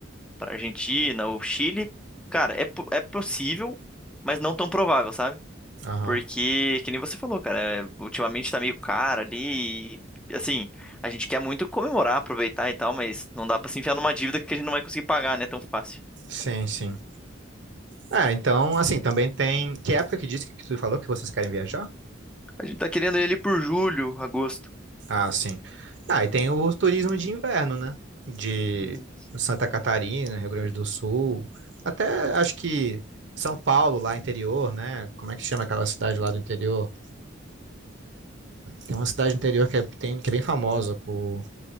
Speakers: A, in the centre; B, on the right.
A: para Argentina ou Chile, cara, é, po- é possível, mas não tão provável, sabe?
B: Aham.
A: Porque, que nem você falou, cara, é, ultimamente tá meio caro ali, e, assim, a gente quer muito comemorar, aproveitar e tal, mas não dá pra se enfiar numa dívida que a gente não vai conseguir pagar, né, tão fácil.
B: Sim, sim. É, então, assim, também tem. Que época que disse que que tu falou que vocês querem viajar?
A: A gente tá querendo ir ali por julho, agosto.
B: Ah, sim. Ah, e tem o turismo de inverno, né? De
A: Uhum.
B: Santa Catarina, Rio Grande do Sul, até acho que São Paulo, lá interior, né? Como é que chama aquela cidade lá do interior? Tem uma cidade interior que é, tem, que é bem famosa por